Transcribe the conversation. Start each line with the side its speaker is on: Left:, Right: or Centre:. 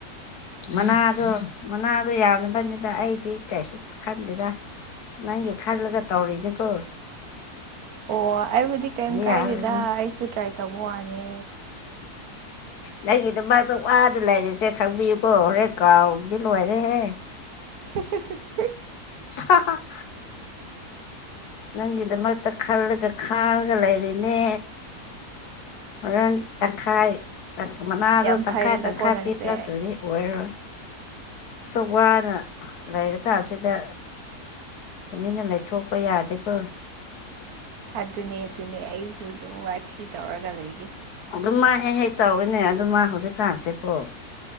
Left: ꯃꯅꯥꯗꯣ ꯃꯅꯥꯗꯣ ꯌꯥꯝꯕꯅꯤꯅ ꯑꯩꯗꯤ ꯀꯩꯁꯨ ꯈꯟꯗꯦꯗ ꯅꯪꯒꯤ ꯈꯜꯂꯒ ꯇꯧꯔꯤꯅꯦꯀꯣ
Right: ꯑꯣ ꯑꯩꯕꯨꯗꯤ ꯀꯩꯝ ꯀꯥꯏꯗꯦꯗ
Left: ꯌꯥꯔꯔꯣꯏ ꯅꯪ
Right: ꯑꯩꯁꯨ ꯇ꯭ꯔꯥꯏ ꯇꯧꯕ ꯋꯥꯅꯦ
Left: ꯅꯪꯒꯤꯗ ꯃꯥꯏꯗꯣꯛ ꯋꯥ ꯂꯩꯔꯤꯁꯦ ꯈꯪꯕꯤꯌꯨꯀꯣ ꯍꯣꯔꯦ ꯀꯥꯎꯔꯗꯤ ꯂꯣꯏꯔꯦꯍꯦ
Right: <inaudible>
Left: ꯑ ꯅꯪꯒꯤꯗꯃꯛꯇ ꯈꯜꯂꯒ ꯈꯥꯡꯉꯒ ꯂꯩꯔꯤꯅꯦ ꯃꯔ ꯇꯈꯥꯏ ꯃꯅꯥꯗꯣ
Right: ꯌꯥꯝ ꯐꯔꯦꯗꯀꯣ
Left: ꯇꯪꯈꯥꯏ ꯇꯪꯈꯥꯏ
Right: ꯅꯪꯁꯦ
Left: ꯄꯤꯔꯛꯇ꯭ꯔꯗꯤ ꯑꯣꯏꯔꯣꯏ ꯁ ꯋꯥꯅ ꯂꯩꯔꯛ ꯍꯧꯖꯤꯀꯥꯟꯁꯤꯗ ꯇꯨꯃꯤꯟꯅ ꯂꯩꯊꯣꯛꯄ ꯌꯥꯗꯦꯀꯣ
Right: ꯑꯗꯨꯅꯦ ꯑꯗꯨꯅꯦ ꯑꯩꯁꯨ ꯑꯗꯨꯝ ꯋꯥꯊꯤ ꯇꯧꯔꯒ ꯂꯩꯒꯦ
Left: ꯑꯗꯨ ꯃꯥ ꯍꯦꯛ ꯍꯦꯛ ꯇꯧꯋꯤꯅꯦ ꯑꯗꯨ ꯃꯥ ꯍꯧꯖꯤꯛꯀꯥꯟꯁꯤꯦꯀꯣ